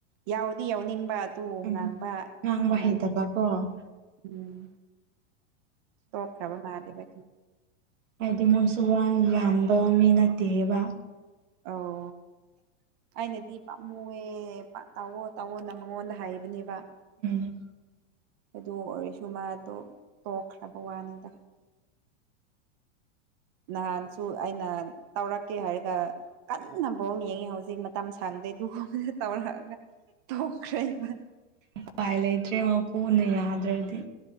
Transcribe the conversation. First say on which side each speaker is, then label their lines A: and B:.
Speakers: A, on the right; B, on the right.
A: ꯌꯥꯎꯗꯤ ꯌꯥꯎꯅꯤꯡꯕ ꯑꯗꯨ
B: ꯎꯝ
A: ꯉꯥꯡꯕ
B: ꯉꯥꯡꯕ
A: ꯉꯥꯡꯅꯤꯡꯗꯕ
B: ꯍꯩꯇꯕꯀꯣ
A: ꯎꯝ ꯇꯣꯛꯈꯔꯕ ꯃꯥꯂꯦꯕ
B: ꯍꯥꯏꯗꯤ ꯃꯣꯏꯁꯨ ꯋꯥ ꯌꯥꯝꯕ ꯃꯤ ꯅꯠꯇꯦꯕ <inaudible>
A: ꯑꯧ ꯑꯩꯅꯗꯤ ꯄꯥꯝꯃꯨꯑꯦ ꯇꯧꯑꯣ ꯇꯧꯑꯣꯅ ꯃꯉꯣꯟꯗ ꯍꯥꯏꯕꯅꯦꯕ
B: ꯎꯝ
A: ꯑꯗꯨ ꯑꯣꯏꯔꯁꯨ ꯃꯥꯗꯣ ꯇꯣꯛꯈ꯭ꯔꯕ ꯋꯥꯅꯤꯗ ꯅꯍꯥꯟꯁꯨ ꯑꯩꯅ ꯇꯧꯔꯛꯀꯦ ꯍꯥꯏꯔꯒ ꯀꯟꯅ ꯕꯣꯜ ꯌꯦꯡꯉꯤ ꯍꯧꯖꯤꯛ ꯃꯇꯝ ꯁꯥꯡꯗꯦ ꯑꯗꯨꯒꯨꯝꯕ ꯇꯧꯔꯛꯑꯒ ꯇꯣꯛꯈꯔ꯭ꯦꯕ <unintelligible>
B: ꯎꯄꯥꯏ ꯂꯩꯇ꯭ꯔꯦ ꯃꯄꯨꯅ ꯌꯥꯗ꯭ꯔꯗꯤ